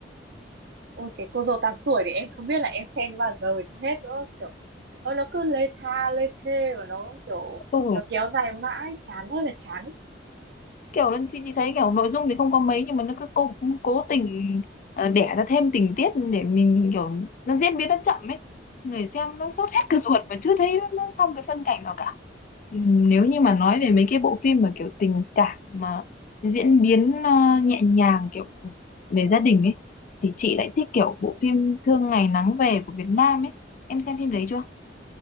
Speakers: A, on the right; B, on the left.
A: Ôi cái cô dâu tám tuổi thì em không biết là em xem nó bao giờ chứ hết nữa kiểu Ờ, nó cứ lê tha lê thê và nó kiểu
B: Ừ,
A: nó kéo dài mãi chán ơi là chán
B: kiểu là chị chị thấy kiểu nội dung thì không có mấy nhưng mà nó cứ cố cố tình ờ, đẻ ra thêm tình tiết để mình kiểu nó diễn biến nó chậm ấy người xem nó sốt hết cả <laughs> ruột mà chưa thấy nó xong cái phân cảnh nào cả Ừm, nếu như mà nói về mấy cái bộ phim mà kiểu tình cảm mà diễn biến ờ, nhẹ nhàng kiểu về gia đình ấy thì chị lại thích kiểu bộ phim Thương Ngày Nắng Về của Việt Nam ấy em xem phim đấy chưa